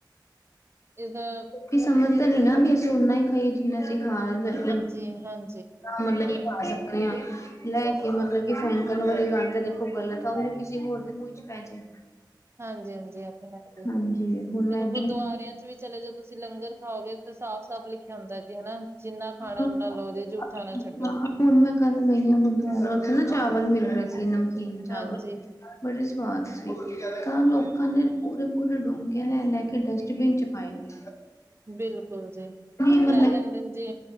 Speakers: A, on the right (about 30°); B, on the left (about 40°).
A: ਇਸਦਾ <unintelligible>
B: ਵੀ ਸਮਝਦਾ ਨੀ ਨਾ ਵੀ ਅਸੀਂ ਓਨਾ ਹੀ ਖਾਈਏ ਜਿੰਨਾ ਅਸੀਂ ਖਾ ਲ
A: ਜੀ ਹਾਂਜ-
B: ਮਤਲਬ ਕਰ ਸਕਦੇ ਹਾਂ। ਲੈ ਕੇ ਮਤਲਬ ਕਿ ਫੈਨ ਕਰਨ ਵਾਲੀ ਗੱਲ ਤਾਂ ਦੇਖੋ ਗਲਤ ਆ ਉਹ ਕਿਸੇ ਹੋਰ ਦੇ ਮੂੰਹ ਚ ਪੈ ਜੇ।
A: ਹਾਂਜੀ ਹਾਂਜੀ ਇਹ ਤੇ ਹੈ ਜੇ,
B: ਹਾਂਜੀ ਹੁਣ
A: ਤੇ
B: ਮੈਂ ਏਦਾਂ
A: ਗੁਰਦੁਆਰਿਆਂ ਚ ਵੀ ਚਲੇ ਜੋ ਤੁਸੀਂ ਲੰਗਰ ਖਾਓਗੇ ਤੇ ਸਾਫ਼ ਸਾਫ਼ ਲਿਖਿਆ ਹੁੰਦਾ ਜੀ ਹਨਾ, ਜਿੰਨਾ ਖਾਣਾ
B: ਹੀ
A: ਉਨਾ ਲਓ ਜੀ ਜੂਠਾ ਨਾ
B: ਹਾਂ
A: ਛੱਡੋ
B: ਹੁਣ ਮੈਂ ਕੱਲ ਗਈ ਹਾਂ ਗੁਰਦੁਆਰੇ ਉੱਥੇ ਨਾ ਚਾਵਲ ਮਿਲ ਰਹੇ ਸੀ ਨਮਕੀਨ ਚਾਵਲ।
A: ਹਾਂਜੀ
B: ਬੜੇ ਸਵਾਦ ਸੀ ਤਾਂ ਲੋਕਾਂ ਨੇ ਪੂਰੇ ਪੂਰੇ ਡੋਂਗੇੇ ਲੈ ਲੈ ਕੇ ਡਸਟਬਿਨ ਚ ਪਾਏ ਹੋਏ।
A: ਬਿਲਕੁਲ ਜੀ
B: ਨਈ ਮਤਲਬ
A: ਲੈ ਲੈਂਦੇ ਨੇ ਜੀ